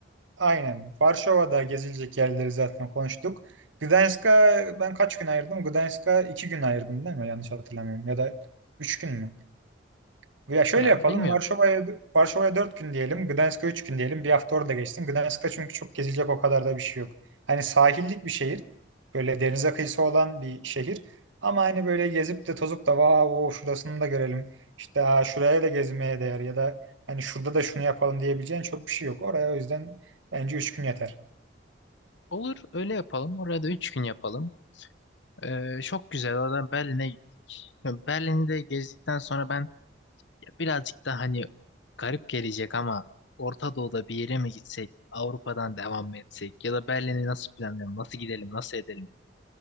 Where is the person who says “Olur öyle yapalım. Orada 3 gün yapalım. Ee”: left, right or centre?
Left